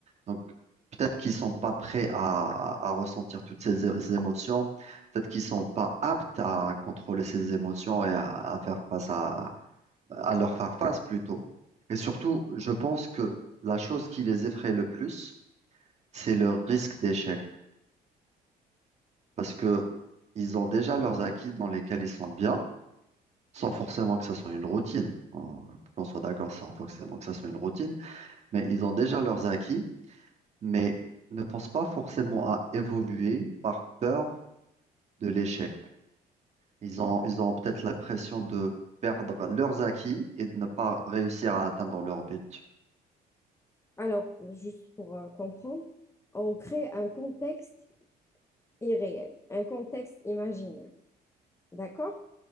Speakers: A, on the right (about 40°); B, on the left (about 15°).
A: Donc, peut-être qu'ils sont pas prêts à, à- à ressentir toutes ces, é- ces émotions. Peut-être qu'ils sont pas aptes à contrôler ces émotions et à, à faire face à, à leur faire face plutôt. Et surtout, je pense que la chose qui les effraie le plus, c'est le risque d'échec. Parce que ils ont déjà leurs acquis dans lesquels ils sont bien, sans forcément que ça soit une routine. On- Qu'on soit d'accord, sans forcément que ça soit une routine. mais ils ont déjà leurs acquis, mais ne pensent pas forcément à évoluer par peur de l'échec. Ils ont, ils ont peut-être l'impression de perdre leurs acquis et de ne pas réussir à atteindre leur but.
B: Alors, juste pour euh, comprendre, on crée un contexte irréel, un contexte imaginaire. D'accord?